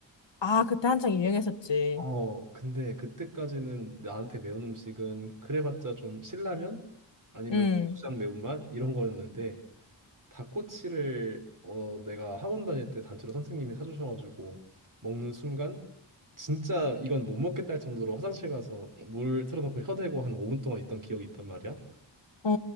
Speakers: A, on the left (about 65°); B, on the right (about 40°).
A: 아, 그때 한창 유행했었지.
B: 어, 근데 그때까지는 나한테 매운 음식은 그래봤자 좀 신라면 아니면
A: 응.
B: 고추장 매운맛 이런 거였는데 닭꼬치를 어, 내가 학원 다닐 때 단체로 선생님이 사주셔가지고 먹는 순간 진짜 이건 못 먹겠다 할 정도로 화장실 가서 물 틀어놓고 혀대고 한 5분 동안 있던 기억이 있단 말이야.
A: 어. 어,